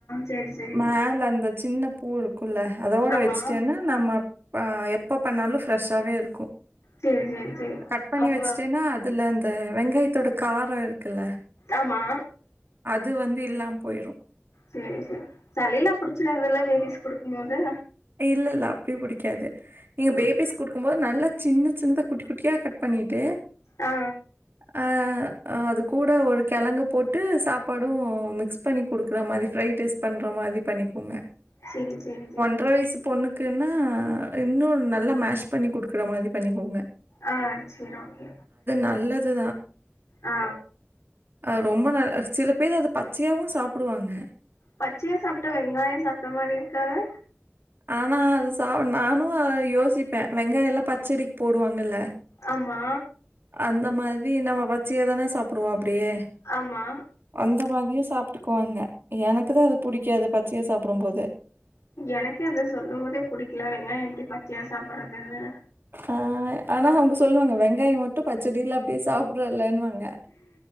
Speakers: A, on the left (about 85°); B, on the right (about 50°).
A: சரி சரி
B: மேல அந்த சின்ன பூ இருக்கு உள்ள அதோட
A: ஆமா
B: வச்சிட்டேனா நம்ம ப எப்ப பண்ணாலு ஃப்ரெஷ்ஷாவே இருக்கு
A: சரி சரி சரி
B: கட் பண்ணி
A: அப்ப
B: வச்சுட்டேன்னா அதுல அந்த வெங்காயதோட கார இருக்குல்ல
A: ஆமா
B: அது வந்து இல்லாம போயிறு
A: சேரி சேரி சளில்லா புடிச்சிடது இல்ல பேபிஸ்க் குடுக்கு போது
B: இல்ல இல்ல அப்டி பிடிகாது நீங்க பேபிஸ்குடுக்கு
A: ஓகே
B: போது நல்ல சின்ன சிந்த குட்டி குட்டியா கட் பண்ணிட்டு
A: ஆ
B: அ அது கூட ஒரு கெழங்கு போட்டு சாப்பாடு மிக்ஸ் குக் பண்ணி குடுக்குற மாரி ஃப்ரைட் ரைஸ் பண்ணற மாரி பண்ணிக்கோங்க
A: <unintelligible>
B: ஒன்ற வயசு பொண்ணுக்குன்னா இன்னு நல்லா மேஷ் பண்ணி குடுக்குற மாரி பண்ணிகோங்க
A: ஆ சரி ஓகே
B: நல்லது
A: ஆ
B: அ ரொம்ப நல்ல சில பேர் அத பச்சையாவு சாப்பிடுவாங்க
A: பச்சையா சாப்புட்டா வெங்காய சாப்ட்ட மாரி இருக்காதா
B: ஆனா அது சா நானு யோசிபே வெங்காய எல்லா பச்சடிக்கு போடுவாங்கல
A: ஆமா
B: அந்த மாரி நம்ம பச்சைய தான சாபிடுவோ அப்டியே
A: ஆமா
B: அந்த மாரியு சாப்ட்டுக்குவாங்க எனக்குதா அது புடிக்காது பச்சையா சாப்பிடு போது
A: எனக்கு அது சொல்லு போதே புடிக்கல வெங்காய எப்டி பச்சையா சாப்பிடறதுன்னு
B: ஆ ஆனா அவுங்க சொல்லுவாங்க வெங்காய மட்டும் பச்சடில அப்டியே சாப்ட்றல்லன்னு வாங்க